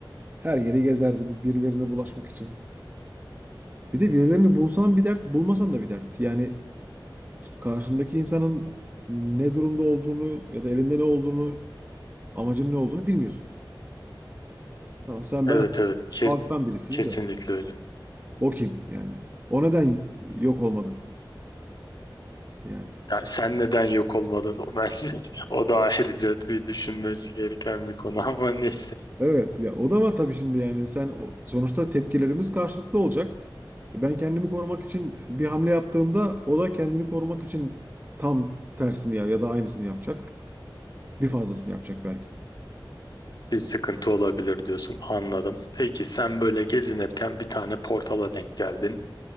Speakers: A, on the right (about 20°); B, on the left (about 55°).
A: Her yeri gezerdim birilerine bulaşmak için. Bir de birilerini bulsan bir dert, bulmasan da bir dert. Yani karşındaki insanın ne durumda olduğunu ya da elinde ne olduğunu, amacının ne olduğunu bilmiyorsun. Tamam sen
B: Evet
A: ben
B: evet kes,
A: halktan birisiyiz
B: kesinlikle
A: de.
B: öyle.
A: O kim yani? O neden yok olmadı yani?
B: Yani sen neden yok olmadın o bence <laughs> o da ayrıca bir düşünmesi gereken bir konu <laughs> ama neyse
A: Evet ya o da var tabii şimdi yani sen o- sonuçta tepkilerimiz karşılıklı olacak. E, Ben kendimi korumak için bir hamle yaptığımda o da kendini korumak için tam tersini ya ya da aynısını yapacak. Bir fazlasını yapacak belki.
B: bir sıkıntı olabilir diyorsun anladım. Peki sen böyle gezinirken bir tane portala denk geldin.